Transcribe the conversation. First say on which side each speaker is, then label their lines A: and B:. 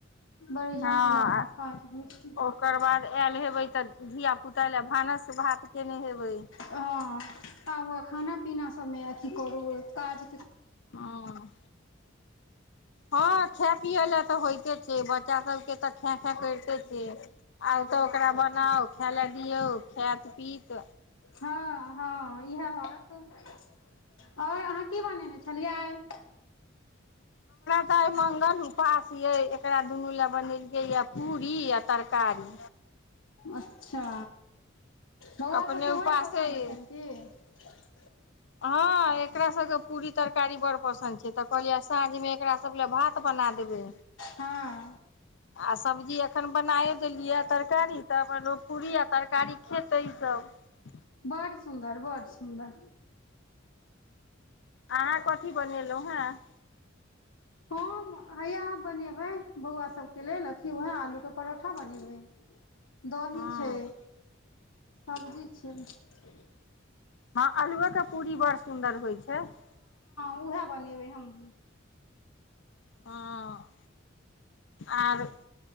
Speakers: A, on the left (about 80°); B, on the left (about 65°).
A: बड़ी
B: हँ
A: झमीला बला काज हो छै
B: ओकर बाद आयल हेबै तऽ धियापुता लए भानस भात केने हेबै
A: हँ आउ खाना पीना सभमे अथी करू काज
B: हं हँ खाय पियै लए तऽ होइते छै बच्चा सभके तऽ खै खै करिते छै आउ तऽ ओकरा बनाउ खाय लए दियौ खायत पीत
A: हँ हँ इएह हैत और अहाँ की बनेने छलियै आइ
B: सब मंगल हुं उपास यै एकरा दुनू ले बने या पूरी या तरकारी
A: अच्छा बौआ
B: अपने
A: सभकेँ
B: उपासे
A: बड़ पसन्द
B: ये
A: छनि की
B: हँ एकरा सबकेँ पूरी तरकारी बड़ पसन्द छैक तऽ कहलियै साँझमे एकरासभ लए भात बना देबय
A: हँ
B: आ सब्जी अखन बनाय देलियै तरकारी तऽ अपन पूरी आ तरकारी खेतय ई सब
A: बड् सुन्दर बड़ सुन्दर बह <inaudible>
B: अहाँ कथि बनेलहुँ हाँ
A: हम हैया आब बनेबय बौआ सबकेँ लेल वएह आलू केँ परोठा बनेबय दही
B: हँ
A: छैक सब्जी छैक
B: हँ अलुओ केँ पूरी बड़ सुन्दर होइ छैक। हँ <inaudible>
A: उएह बनेबय हमहुँ।
B: हँ आर